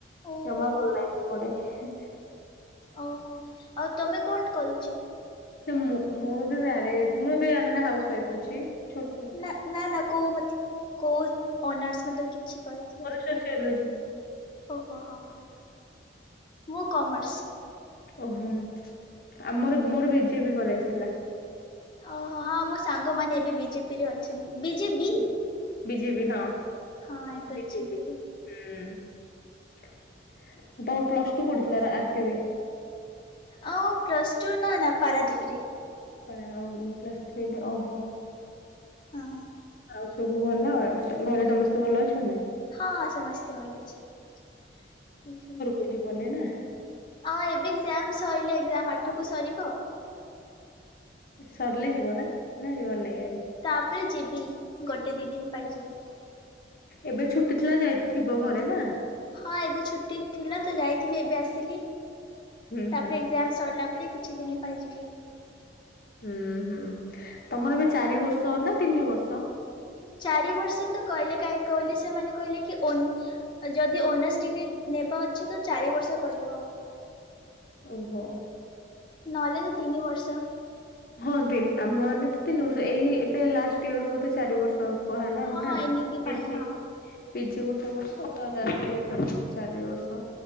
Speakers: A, on the left (about 25°); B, on the left (about 50°).
A: ଓହୋ
B: ଜମା ଭଲ ନାହିଁ ସେପଟେ ହେଁ
A: ଓହୋ ଆଉ ତମେ କୋଉଠି କରୁଛ?
B: ମୁଁ, ମୁଁ ବି ମ୍ୟାରେଜ ମୁଁ ବି ମାନେ ହାଉସ ୱାଇଫ୍ ଅଛି ଛୁ
A: ନା, ନା, ନା କୋଉ ମତ୍ କୋଉ ଅନର୍ସ ମ କିଛି କହିଥିବେ।
B: ସୋସିଓ ଲୋଜି।
A: ଓ ହୋ ହଁ ହଁ‌ ମୁଁ କମର୍ସ।
B: ଓ, ହୁଁ, ଆମର ମୋର ବିଜେପି କଲେଜ ଥିଲା।
A: ଅ ହ ହଁ ମୋ ସାଙ୍ଗମାନେ‌ ବି ବିଜେପି ରେ ଅଛନ୍ତି ବି ଜେ ବି।
B: ବିି‌ ଯେ ବି ହଁ।
A: ହଁ ଏବେ
B: ବିଜେପି
A: ଅଛନ୍ତି ବି।
B: ହୁଁ, ତମର ପ୍ଲସ ଟୁ କୋଉଠି ଥିଲା ର ଆର୍ଡି ରେ।
A: ଅଁ, ପ୍ଲସ୍ ଟୁ ନା, ନା, ପାରାଦୀପରେ।
B: ପା ଅମ ପ୍ଲସ୍ ଥ୍ରୀ ଟା ଓହୋ।
A: ହଁ।
B: ଆଉ ସବୁ ଭଲ ଘରେ ସମସ୍ତେ ଭଲ ଅଛନ୍ତି।
A: ହଁ, ସମସ୍ତେ ଭଲ ଅଛନ୍ତି, ଆଜ୍ଞା।
B: ବୁଝିପାରୁନି ନା।
A: ଅ ଏବେ ଏକ୍ଜାମ ସଇଲେ ଏକ୍ଜାମ ଆଠକୁ ସରିବ।
B: ସରିଲେ ଯିବ ନା ନା ଯିବାର ନାଇ ଏମ୍
A: ତା ପରେ ଯିବି ଗୋଟେ ଦି ଦିନ ପାଇଁ ଯିବି।
B: ଏବେ ଛୁଟି ଥିଲା ଯାଇଥିବ ଘରେ ନା।
A: ହଁ ଏବେ ଛୁଟି ଥିଲା ତ ଯାଇଥିଲି ଏବେ ଆସିଲି।
B: ହୁଁ
A: ତାପରେ
B: ହୁଁ
A: ଏକ୍ଜାମ ସରିଲା ପରେ କିଛି ଦିନ ପାଇଁ ଯିବି।
B: ହୁଁ ହୁଁ ତମର ଏବେ ଚାରି ବର୍ଷ ନା ତିନି ବର୍ଷ?
A: ଚାରି ବର୍ଷ ତ କହିଲେ କାହିଁକି କହିଲେ ସେମାନେ କହିଲେ କି ଓନ ଯଦି ଓନର୍ସ ଡିଗ୍ରୀ ନେବ ଅଛି ତ ଚାରି ବର୍ଷ କରିବା ହବ।
B: ଓହୋ।
A: ନହେଲେ ତ ତିନି ବର୍ଷ।
B: ହଁ ତିନ ଆମ ମାନେ ତ ତିନି ବର୍ଷ ଏଇ ଏବେ ଲାଷ୍ଟ ଇୟର ରୁ ବୋଧେ ଚାରି ବର୍ଷ। କୁହା ହେଲା
A: ହଁ
B: ଆଉ ନା
A: ଏନ୍ଇପି
B: ପିଜି
A: ପାଇଁ ହଁ
B: ପି ଜି ଗୋଟେ ବର୍ଷ ତ ଗ୍ରାଯୁଏସନ୍ ଚାରି ବର୍ଷ।